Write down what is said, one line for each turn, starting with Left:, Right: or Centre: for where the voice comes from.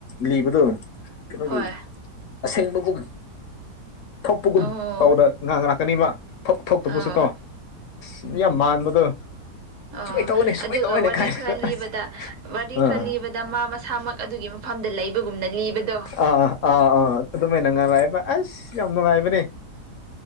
Left: ꯂꯤꯕꯗꯣ ꯀꯩꯅꯣꯒꯤ
Right: ꯍꯣꯏ
Left: ꯑꯁꯦꯡꯕꯒꯨꯝ ꯊꯣꯛꯄꯒꯨꯝ
Right: ꯑꯣ
Left: ꯇꯧꯗ ꯉꯥꯡ ꯂꯥꯛꯀꯅꯤꯕ ꯊꯛ ꯊꯣꯛꯇꯕꯁꯨꯀꯣ
Right: ꯑꯥ
Left: ꯑꯁ ꯌꯥꯝ ꯃꯥꯟꯕꯗꯣ
Right: ꯑꯣ
Left: ꯁꯨꯃꯥꯏꯅ ꯇꯧꯋꯦꯅꯦ ꯁꯨꯃꯥꯏꯅ
Right: ꯑꯗꯨꯒ
Left: ꯇꯧꯋꯦꯅꯦ
Right: ꯋꯥꯔꯤ
Left: ꯀꯥꯏꯅꯒ
Right: ꯈꯔ ꯂꯤꯕꯗ
Left: ꯑꯁ
Right: ꯋꯥꯔꯤ
Left: ꯑꯥ
Right: ꯈꯔ ꯂꯤꯕꯗ ꯗ ꯃꯥ ꯃꯁꯥꯃꯛ ꯑꯗꯨꯒꯤ ꯃꯐꯝꯗ ꯂꯩꯕꯒꯨꯝꯅ ꯂꯤꯕꯗꯣ
Left: ꯑꯥ ꯑꯥ ꯑꯥ ꯑꯗꯨꯃꯥꯏꯅ ꯉꯉꯥꯏꯕ ꯑꯁ ꯌꯥꯝ ꯅꯨꯡꯉꯥꯏꯕꯅꯦ